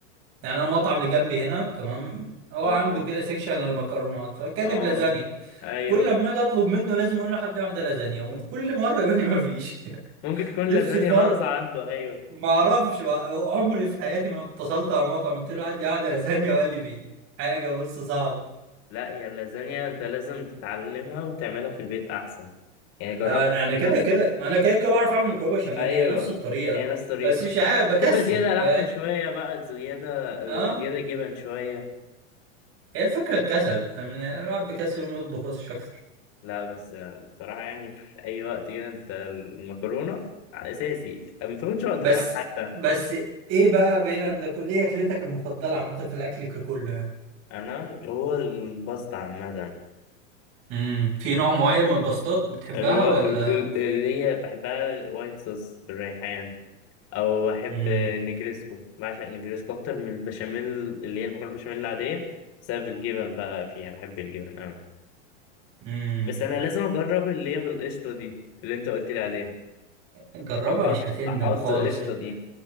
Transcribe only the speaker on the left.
أه
أه
أيوه
ممكن
تكون
لازانيا
ناقصة عنده أيوه
لا هي اللازانيا انت لازم تتعلمها وتعملها في البيت احسن يعني جربها
بنفسك
ايوه
هي نفس طريقه
تبقى زياده
لحمه شويه بقى زياده
وزياده جبن شويه
لا بس بصراحه يعني في اي وقت كده انت المكرونه اساسي ما تاخدش وقت
حب- حتى
انا هو الباستا عامه
الو...
ال- ال- اللي هي بحبها وايت صوص بالريحان او بحب
النجريسكو بعشق النجريسكو اكتر من البشاميل اللي هي المكرونه البشاميل العاديه بسبب الجبن بقى فيها بحب الجبن أوي
بس انا لازم اجرب اللي هي بالقشطه دي اللي انت قلت لي عليها
احط
احط
القشطه
دي